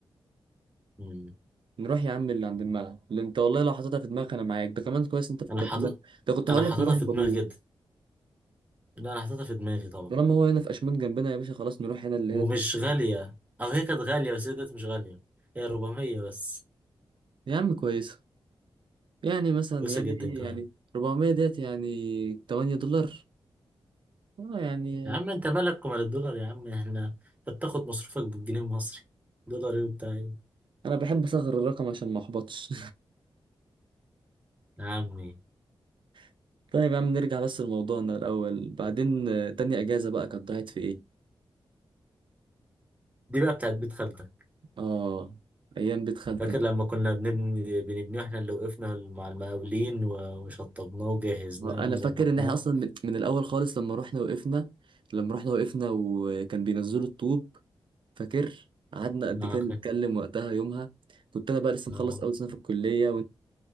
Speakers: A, on the right (about 15°); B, on the right (about 60°).
A: مم.
B: نروح يا عم اللي عند الملعب اللي انت والله لو حطيتها في دماغك انا معاك ده كمان كويس انت فكرت
A: أنا حاطط
B: ده ده كنت هقول
A: أنا حاططها
B: لك نروح
A: في
B: البابو
A: دماغي جدا لا أنا حاططها في دماغي طبعا
B: طالما هو هنا في أشمون جنبنا يا باشا خلاص نروح هنا اللي
A: ومش
B: هنا في أشمون
A: غالية أو هي كانت غالية بس هي دلوقتي مش غالية هي 400 بس
B: يا عم كويسة يعني مثلا
A: رخيصة
B: يعني
A: جدا
B: إيه
A: كمان
B: يعني 400 ديت يعني 8 دولار اه يعني
A: يا عم أنت مالك ومال الدولار يا عم إحنا أنت بتاخد مصروفك بالجنيه المصري دولار إيه وبتاع إيه
B: أنا بحب أصغر الرقم عشان ما أحبطش
A: يا عمي
B: <laughs> طيب يا عم نرجع بس لموضوعنا الأول بعدين آه، تاني أجازة بقى كانت ضاعت في إيه؟
A: دي بقى بتاعت بيت خالتك
B: آه أيام بيت خالتك
A: فاكر لما كنا بنبني بنبني واحنا اللي وقفنا مع المقاولين و- وشطبناه وجهزناه
B: آه، أنا
A: وظبطناه
B: فاكر إن إحنا أصلا من من الأول خالص لما رحنا وقفنا لما رحنا وقفنا وكان بينزلوا الطوب فاكر قعدنا قد
A: اه
B: كده نتكلم
A: كان-
B: وقتها يومها كنت انا بقى لسه
A: آه.
B: مخلص اول سنه في الكليه